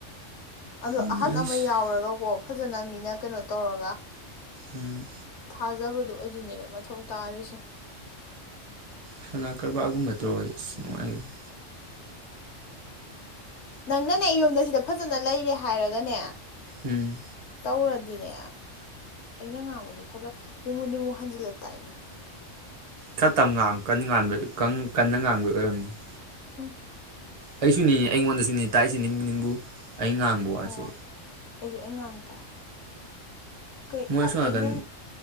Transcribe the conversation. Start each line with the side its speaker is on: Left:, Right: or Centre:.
Left: ꯑꯗꯣ
Right: ꯎꯝ
Left: ꯑꯍꯟ ꯑꯃ ꯌꯥꯎꯔꯒꯀꯣ ꯐꯖꯅ ꯃꯤꯅ ꯀꯩꯅꯣ ꯇꯧꯔꯒ
Right: ꯎꯝ
Left: ꯊꯥꯖꯕꯗꯣ ꯑꯗꯨꯅꯦꯕ ꯃꯊꯧ ꯇꯥꯔꯤꯁꯦ
Right: ꯁꯅꯥ ꯀꯔꯕꯥꯔꯒꯨꯝꯕ ꯇꯧꯔꯗꯤ ꯑꯁ ꯅꯨꯡꯉꯥꯏꯒꯅꯤ
Left: ꯅꯪꯅꯅꯦ ꯌꯨꯝꯗ ꯁꯤꯗ ꯐꯖꯅ ꯂꯩꯔꯦ ꯍꯥꯏꯔꯒꯅꯦ
Right: ꯎꯝ
Left: ꯇꯧꯔꯗꯤꯅꯦ ꯑꯩꯅ ꯉꯥꯡꯕꯁꯦ ꯈꯔ ꯈꯔ ꯅꯤꯃꯨ ꯅꯤꯃꯨ ꯍꯟꯖꯤꯜꯂ ꯇꯏꯅꯦ
Right: ꯈꯔꯥ ꯇꯞꯅꯥ ꯉꯥꯡꯉꯨ ꯀꯟꯅ ꯉꯥꯟꯕ ꯀꯟꯅ ꯉꯥꯡꯕ <unintelligible>
Left: ꯎꯝ
Right: ꯑꯩꯁꯨꯅꯤ ꯑꯩꯉꯣꯟꯗꯁꯨꯅꯤ ꯇꯥꯏꯁꯤ ꯅꯤꯝꯕꯨ ꯅꯤꯝꯕꯨ ꯑꯩ ꯉꯥꯡꯕ ꯋꯥꯁꯦ
Left: ꯑꯣ ꯑꯩꯁꯨ ꯑꯩ ꯉꯥꯡ ꯇꯥꯏ ꯀꯩ
Right: ꯃꯣꯏ
Left: ꯑꯩꯅ
Right: ꯑꯁꯣꯝ ꯅꯥꯀꯟ